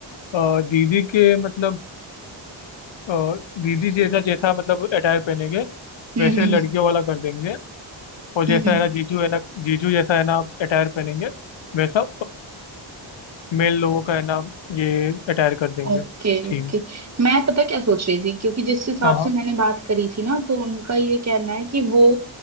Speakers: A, on the left; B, on the right.
A: अ, दीदी के मतलब अ, दीदी जैसा जैसा मतलब अटायर पहनेंगे
B: हम्म
A: वैसे
B: हम्म
A: लड़कियों वाला कर देंगे और जैसा
B: हम्म हम्म
A: है ना जीजू है ना जीजू जैसा है ना अटायर पहनेंगे वैसा मेल लोगों का है ना ये अटायर कर देंगे
B: Okay
A: थीम
B: okay मैं पता क्या सोच रही थी क्योंकि जिस हिसाब
A: हाँ हाँ
B: से मैंने बात करी थी ना तो उनका ये कहना है कि वो